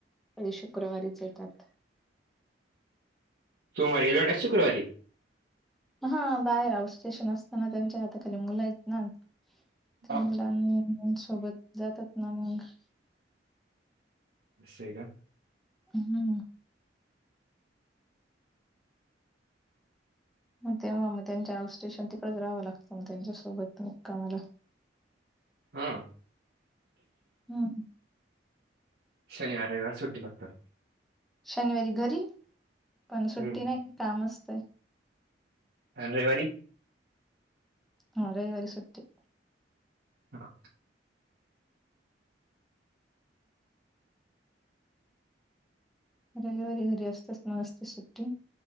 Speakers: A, in the centre; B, on the right.
A: कधी शुक्रवारीच येतात
B: सोमवारी एलढ शुक्रवारी
A: हा बाहेर आ स्टेशन असताना त्यांच्या आता खाली मुलं आहेत ना ते
B: हा,
A: मुलां सोबत जातात ना मग
B: नि का
A: हम्म मग तेव्हा मग त्यांच्या आउ सटेशन तिकडच राहावं लागतं मग त्यांच्यासोबत मग कामाला
B: हा
A: हम् ह
B: शनिवार रविवार सुट्टी बघतात
A: शनिवारी घरी पण सुट्टी
B: हम्म
A: नाही काम असतंय
B: रेवारी
A: ह रविवारी सु्टी
B: हा
A: रविवारी घरी असतेात मग असते सुट्टी